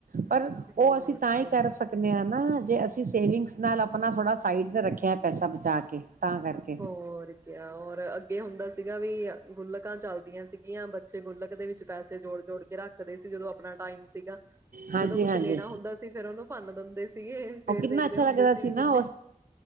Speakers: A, on the right; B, on the right.
A: ਪਰ ਉਹ
B: ਹੋਰ
A: ਅਸੀਂ ਤਾਂ
B: ਕਿਆ
A: ਹੀ ਕਰ ਸਕਦੇ ਹਾਂ ਨਾ ਜੇ ਅਸੀਂ ਸੇਵਿੰਗਸ ਨਾਲ ਆਪਣਾ ਥੋੜਾ ਸਾਈਡ ਰੱਖਿਆ ਪੈਸਾ ਬਚਾ ਕੇ। ਤਾਂ ਕਰਕੇ
B: ਹੋਰ ਕੀਹਾ, ਹੋਰ ਅੱਗ ਇਹ ਹੁੰਦਾ ਸੀਗਾ, ਵੀ ਗੁਲਕਾਂ ਚੱਲਦੀਆਂ ਸੀਗੀਆਂ ਬੱਚੇ ਗੁੱਲਕ ੳਹਦੇ ਵਿੱਚ ਪੈਸੇ ਜੋੜ-ਜੋੜ ਕੇ ਰੱਖਦੇ ਸੀ, ਜਦੋਂ ਆਪਣਾ ਟਾਈਮ ਸੀਗਾ
A: ਹਾਂਜੀ
B: ਜਦੋਂ ਕੁਛ
A: ਹਾਂਜੀ
B: ਲੈਣਾ ਹੁੰਦਾ ਸੀ ਫੇਿਰ ਉਹਨੂੰ ਭੰਨ ਬੰਦੇ ਸੀਗੇ ਫੇਰ
A: ਉਹ ਕਿੰਨਾ
B: ਦੇਖਦੇ
A: ਅੱਛਾ
B: ਹੁੰਦੇ
A: ਲੱਗਦਾ
B: ਸੀ ਵੀ ਕਿੰਨੇ
A: ਨਾ